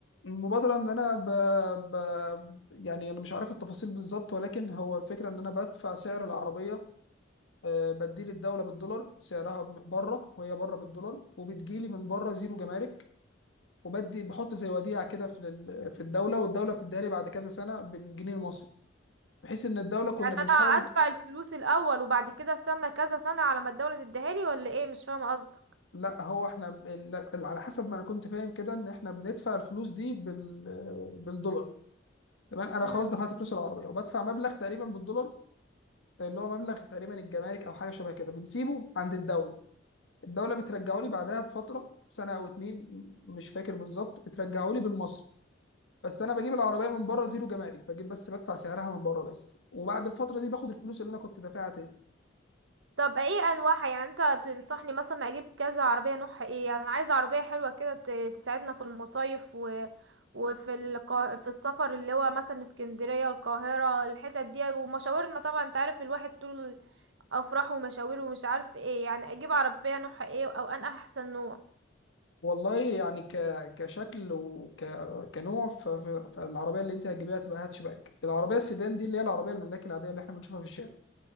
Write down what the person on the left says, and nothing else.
المبادرة إن أنا ب... ب... يعني أنا مش عارف التفاصيل بالظبط ولكن هو الفكرة إن أنا بدفع سعر العربية آه، بديل الدولة بالدولار سعرها م- بره وهي بره بالدولار وبتجيلي من بره زيرو جمارك وبدي بحط زي وديعة كده في ال- في الدولة والدولة بتديها لي بعد كذا سنة بالجنيه المصري بحيث ان الدولة
كنا بنحاول
لا هو احنا ب- ال- ال- على حسب ما انا كنت فاهم كده ان احنا بندفع الفلوس دي بال بالدولار تمام انا
خلاص دفعت فلوس العربية وبدفع مبلغ تقريبا بالدولار اللي هو مبلغ تقريبا الجمارك او حاجة شبه كده بنسيبه عند الدولة الدوله بترجعه لي بعدها بفتره سنه او اتنين م- مش فاكر بالظبط بترجعه لي بالمصري بس انا بجيب العربيه من بره زيرو جمارك بجيب بس بدفع سعرها من بره بس وبعد الفتره دي باخد الفلوس اللي انا كنت دافعها تاني
والله يعني ك... كشكل وك كنوع ف... ف... فالعربيه اللي انت هتجيبيها تبقى هاتشباك العربيه السيدان دي اللي هي العربيه الملاك العاديه اللي احنا بنشوفها في الشارع